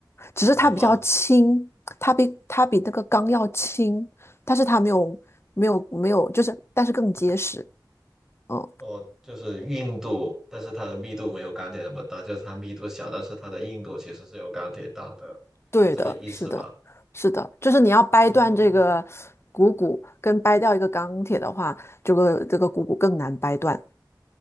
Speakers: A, on the left; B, in the centre.
A: 只是它比较轻，
B: 真的吗？
A: 它比它比那个钢要轻，但是它没有没有没有，就是但是更结实。嗯，
B: 哦，就是硬度，但是它的密度没有钢铁那么大，就是它密度小，但是它的硬度其实是有钢铁大的，
A: 对的，
B: 是这个意思吧？
A: 是的，是的，就是你要掰断这个股骨跟掰掉一个钢铁的话，
B: 哦，
A: 这个这个股骨更难掰断。